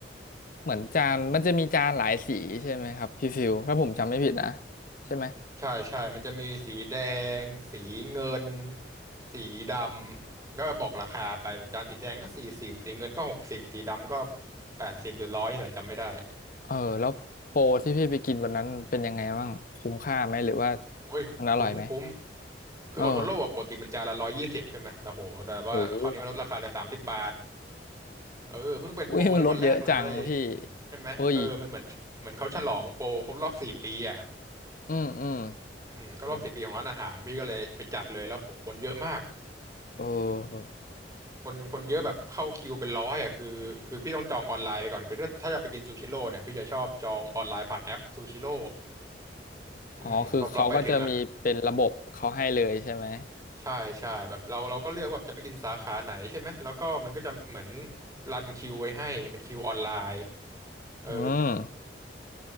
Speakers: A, on the left; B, on the right.
A: เหมือนจานมันจะมีจานหลายสีใช่ไหมครับพี่ฟิวถ้าผมจำไม่ผิดนะใช่ไหม
B: ใช่ใช่มันจะมีสีแดงสีเงินสีดำก็บอกราคาไปแบบจานสีแดงก็สี่สิบสีเงินก็หกสิบสีดำก็แปดสิบหรือร้อยนี่แหละจำไม่ได้
A: เออแล้วโปรที่พี่ไปกินวันนั้นเป็นยังไงบ้างคุ้มค่าไหมหรือว่า
B: โอ้ยคุ้มคุ้ม
A: มันอร่อยไหม
B: คือโอโทโร่อะปกติมันจานละร้อยยี่สิบใช่ไหมแต่โหแต่ว่าคราวนี้มันลดราคาเหลอสามสิบบาท
A: เออโห
B: เออเพิ่งเป็นโปรวันนี้วันแรกเลย
A: อุ้ยมันลดเยอะจังพี่
B: ใช่ไหมเออมันเหมือนเหมือนเขาฉลองโปรครบรอบสี่ปีอ่ะ
A: อุ้ยอืมอืม
B: อืมก็รอบสี่ปีของร้านอาหารพี่ก็เลยไปจัดเลยแล้วโหคนเยอะมาก
A: โอืมเออแบบ
B: คนคนเยอะแบบเข้าคิวเป็นร้อยอ่ะคือคือพี่ต้องจองออนไลน์ไปก่อนคือถ้าถ้าจะไปกินซูชิโร่เนี่ยพี่จะชอบจองออนไลน์ผ่านแอปซูชิโร่อืมพอเราไปถึงอ่ะ
A: อ๋อคือเขาก็จะมีเป็นระบบเขาให้เลยใช่ไหม
B: ใช่ใช่แบบเราเราก็เลือกว่าแบบจะไปกินสาขาไหนใช่ไหมแล้วก็มันก็จะเหมือนรันคิวไว้ให้เป็นคิวออนไลน์เออ
A: อืม